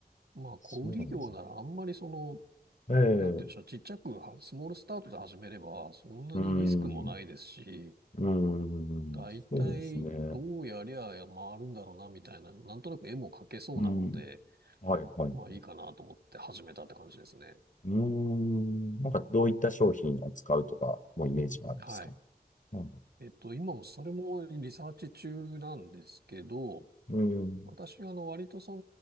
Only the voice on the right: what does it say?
まあ、小売業ならあんまりその、
なんて言うんでしょう、
ちっちゃくは、スモールスタートで始めれば、そんなにリスクもないですし、
大体どうやりゃ回るんだろうな、
みたいな、なんとなく絵も描けそうなので、
まあいいかなと思って始めたって感じですね。
はい。
えっと、今もそれもリサーチ中なんですけど、
私はあの割とそ